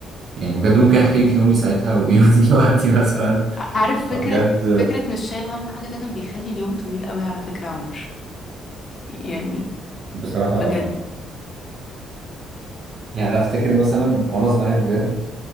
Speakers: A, on the right; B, on the left.
A: يعني بجد ممكن احكي لك يومي ساعتها ويومي <laughs> دلوقتي مثلا
B: عارف فكرة
A: فبجد
B: فكرة مش شايل هم حاجة ده كان بيخلي اليوم طويل قوي على فكرة يا عمر يعني
A: بصراحة
B: بجد
A: اه يعني انا افتكر مثلا وانا صغير بجد